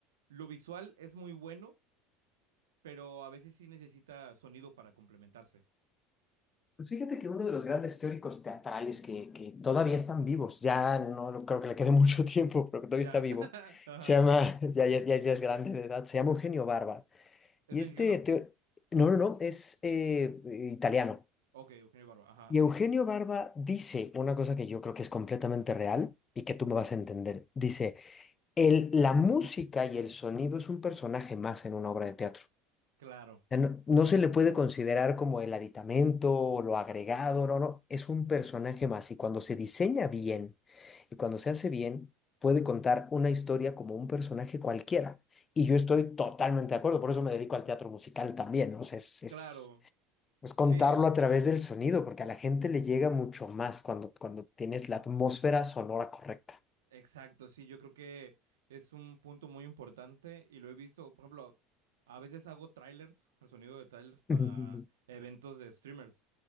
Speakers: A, on the right (about 85°); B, on the left (about 30°).
A: lo visual es muy bueno, pero a veces sí necesita sonido para complementarse.
B: Pues fíjate que uno de los grandes teóricos teatrales que, que todavía están vivos, ya no lo- creo que le quede <laughs> mucho tiempo, pero que todavía
A: Ya.
B: está vivo,
A: <laughs> Ajá.
B: se llama, <laughs> ya, ya, ya, ya es grande de edad, se llama Eugenio Barba.
A: ¿Es
B: Y
A: mexicano?
B: este, teo- no, no, no, es eh, eh, italiano.
A: Ok, Eugenio Barba. Ajá.
B: Y Eugenio Barba dice una cosa que yo creo que es completamente real y que tú me vas a entender. Dice, el, la música y el sonido es un personaje más en una obra de teatro.
A: Claro,
B: O sea, No, no se le puede considerar como el aditamento o lo agregado, no, no, es un personaje más y cuando se diseña bien y cuando se hace bien, puede contar una historia como un personaje cualquiera. Y yo estoy totalmente de acuerdo, por eso me dedico al teatro musical también, ¿no? O sea, es, es,
A: claro.
B: es
A: Sí.
B: contarlo a través del sonido, porque a la gente le llega mucho más cuando, cuando tienes la atmósfera sonora correcta.
A: Exacto, sí, yo creo que es un punto muy importante y lo he visto, por ejemplo, a veces hago trailers, el sonido de trailers para
B: <laughs> Dijo,
A: eventos de streamers.